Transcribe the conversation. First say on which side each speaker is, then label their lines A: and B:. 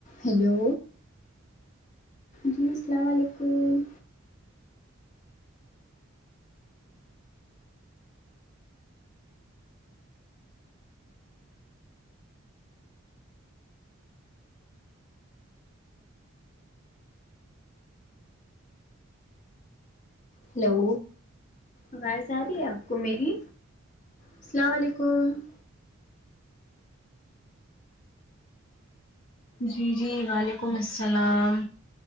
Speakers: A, on the left; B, on the left.
A: hello جی سلام وعلیکم hello آواز آ رہی ہے آپ کو میری سلام وعلیکم
B: جی جی وعلیکم اسلام